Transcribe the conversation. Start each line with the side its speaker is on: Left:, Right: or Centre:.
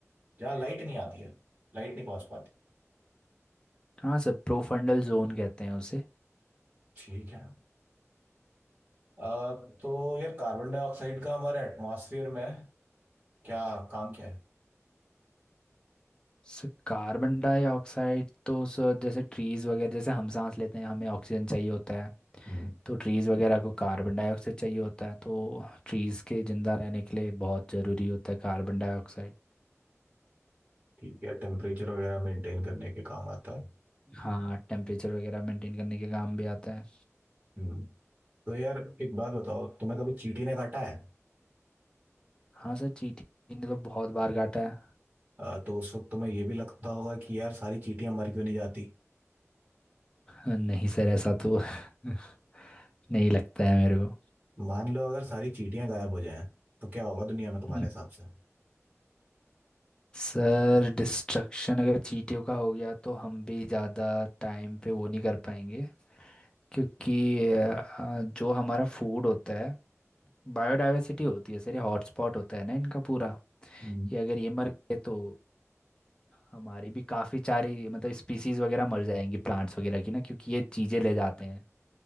Right: जहाँ लाइट नहीं आती है लाइट नहीं पहुंच पाती
Left: हाँ सर प्रोफंडल जोन कहते हैं उसे
Right: ठीक है अ, तो यार कार्बन डाइऑक्साइड का हमारे एटमॉस्फेयर में क्या काम क्या है
Left: सर कार्बन डाइऑक्साइड तो सर जैसे ट्रीज वगैरह जैसे हम सांस लेते हैं हमें ऑक्सीजन चाहिए होता है
Right: हम्म
Left: तो ट्रीज़ वगैरह को कार्बन डाइऑक्साइड चाहिए होता है तो ट्रीज़ के ज़िंदा रहने के लिए बहुत ज़रूरी होता है कार्बन डाइऑक्साइड
Right: ठीक है टेम्परेचर वगैरह मेंटेन करने के काम आता है
Left: हाँ टेम्परेचर वगैरह मेंटेन करने के काम भी आता है
Right: हम्म तो यार एक बात बताओ तुम्हें कभी चींटी ने काटा है
Left: हाँ सर चींटी ने तो बहुत बार काटा है
Right: अ, तो उस वक्त तुम्हें ये भी लगता होगा कि यार सारी चींटियां मर क्यों नहीं जाती
Left: नहीं सर ऐसा तो <laughs> नहीं लगता है मेरे को
Right: मान लो अगर सारी चींटियां गायब हो जाएं तो क्या होगा दुनिया में तुम्हारे
Left: हम्म,
Right: हिसाब से
Left: सर डिस्ट्रक्शन अगर चींटियों का हो गया तो हम भी ज़्यादा टाइम पे वो नहीं कर पाएंगे क्योंकि अ, जो हमारा फूड होता है बायोडाइवर्सिटी होती है सर ये हॉटस्पॉट होता है ना इनका पूरा
Right: हम्म।
Left: कि अगर ये मर गए तो हमारी भी काफ़ी सारी मतलब स्पीसीज वगैरह मर जाएंगी प्लांट्स वगैरह की ना क्योंकि ये चीज़ें ले जाते हैं